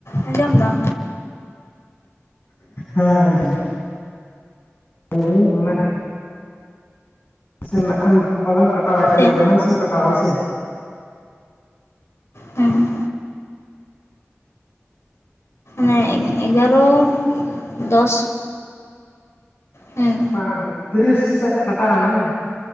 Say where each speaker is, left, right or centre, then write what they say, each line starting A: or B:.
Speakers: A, on the left; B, on the left.
A: ᱟᱸᱡᱚᱢᱫᱟᱢ,
B: ᱦᱮᱸ ᱟᱸᱡᱚᱢ ᱞᱟᱹᱭᱵᱤᱱ ᱚᱱᱟ, ᱥᱮᱢ ᱱᱟᱜᱠᱷᱟᱱ ᱠᱚᱞᱮᱢ ᱠᱟᱴᱟᱣᱟ ᱮᱠᱴᱩ
A: ᱪᱮᱫ?
B: ᱮᱰᱵᱷᱟᱱᱥ ᱮᱢ ᱠᱟᱴᱣᱟ ᱦᱳᱭ ᱥᱮ,
A: ᱦᱩᱸ᱾ ᱢᱟᱱᱮ ᱮᱜᱟᱨᱚ ᱫᱚᱥ ᱦᱮᱸ
B: ᱯᱟᱝ ᱛᱤᱨᱤᱥ ᱥᱮᱜ ᱠᱟᱴᱟᱣ ᱢᱮ ᱦᱮ,